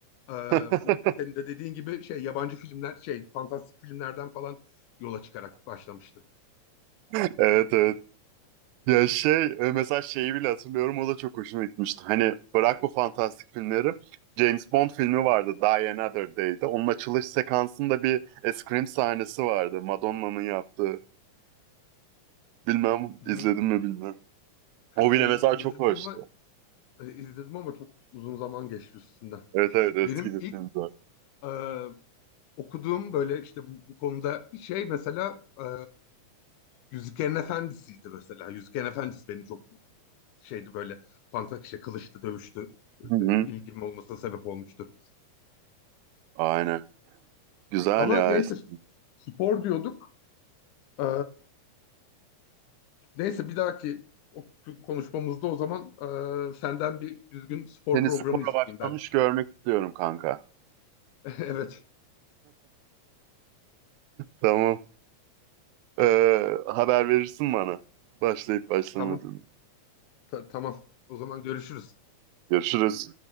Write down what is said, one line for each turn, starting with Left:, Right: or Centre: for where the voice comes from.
Left: e,
Right: eğlenceli. <laughs>
Left: senin de dediğin gibi şey yabancı filmler şey fantastik filmlerden falan yola çıkarak başlamıştı.
Right: Evet evet. Ya şey e, mesela şeyi bile hatırlıyorum o da çok hoşuma gitmişti. Hani bırak bu fantastik filmleri. James Bond filmi vardı Die Another Day'de. Onun açılış sekansında bir scream sahnesi vardı. Madonna'nın yaptığı. Bilmem
Left: Hı,
Right: izledim mi bilmem. O bile
Left: ay,
Right: mesela
Left: izledim
Right: çok hoştu.
Left: ama E, izledim ama çok uzun zaman geçti üstünden.
Right: Evet evet eski
Left: Benim
Right: bir
Left: ilk
Right: filmdi. o.
Left: e, okuduğum böyle işte bu, bu konuda şey mesela e, Yüzüklerin Efendisi'ydi mesela. Yüzüklerin Efendisi beni çok şeydi böyle fantastik işte kılıçtı, dövüştü.
Right: Hı hı.
Left: E, ilgim olmasına sebep olmuştu.
Right: Aynen. Güzel
Left: Ama
Right: ya.
Left: neyse
Right: eski.
Left: spor diyorduk. E, neyse bir dahaki o- konuşmamızda o zaman e, senden bir düzgün spor
Right: Seni
Left: programı
Right: spora
Left: isteyeyim
Right: başlamış
Left: ben.
Right: görmek istiyorum kanka.
Left: <laughs> Evet.
Right: Tamam. Ee, haber verirsin bana. Başlayıp başlamadığını.
Left: Tamam. Ta- tamam. O zaman görüşürüz.
Right: Görüşürüz.